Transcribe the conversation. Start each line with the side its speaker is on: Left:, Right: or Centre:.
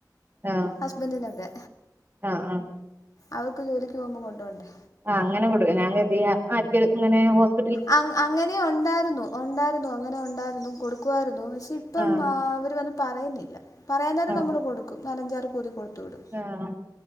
Right: ആഹ്
Left: ഹസ്ബൻറിനൊക്കെ,
Right: ആഹ് ആഹ്
Left: അവർക്ക് ജോലിക്ക് പോകുമ്പോൾ കൊണ്ടോവണ്ടേ
Right: ആഹ്, അങ്ങനെ കൊടുക്ക ഞാൻ കരുതി ആർകേലും ഇങ്ങനെ ഹോസ്
Left: അഹ് അങ്ങനെ ഉണ്ടായിരുന്നു. ഉണ്ടായിരുന്നു അങ്ങനെ ഉണ്ടായിരുന്നു കൊടുക്കുവായിരുന്നു, പക്ഷെ ഇപ്പം
Right: ആഹ്
Left: അവർ വന്ന് പറയുന്നില്ല. പറയാൻ നേരം
Right: ആഹ്
Left: നമ്മൾ കൊടുക്കും നാലാഞ്ചർ പൊതി കൊടുത്തു വിടും
Right: ആഹ്